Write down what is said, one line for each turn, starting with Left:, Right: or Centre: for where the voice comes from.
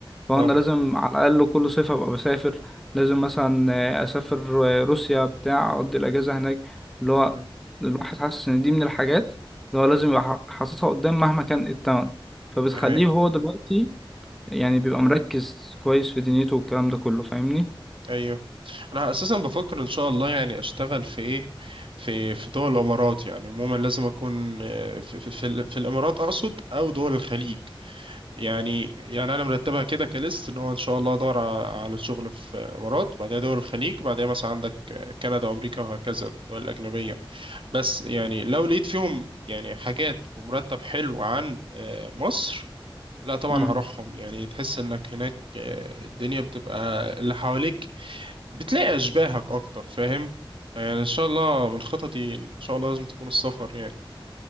Centre: فانا
Right: اه
Centre: لازم على الاقل كل صيف ابقى بسافر لازم مثلا آه، اسافر آه، روسيا بتاع اقضي الاجازة هناك اللي هو
Right: امم
Centre: الواحد حاسس ان دي من الحاجات اللي هو لازم يبقى ح- حاططها قدام مهما كان إيه التمن فبتخليه
Right: دي حقيقة
Centre: هو دلوقتي يعني بيبقى مركز كويس في دنيته والكلام ده كله فاهمني
Right: ايوه انا اساسا بفكر ان شاء الله يعني اشتغل في ايه في في دول الامارات يعني عموما لازم اكون آه، في في, في, ال- في الامارات اقصد او دول الخليج يعني يعني انا مرتبها كده كليست ان هو ان شاء الله ادور على على شغل في امارات بعدها دول الخليج بعدها مثلا عندك آه، كندا وامريكا وهكذا الدول الاجنبيه بس يعني لو لقيت فيهم يعني حاجات ومرتب حلو عن آه، مصر لا طبعا
Centre: امم
Right: هروحهم يعني تحس انك هناك آه، الدنيا بتبقى اللي حواليك بتلاقي أشباهك أكتر فاهم يعني إن شاء الله من خططي إن شاء الله لازم تكون السفر يعني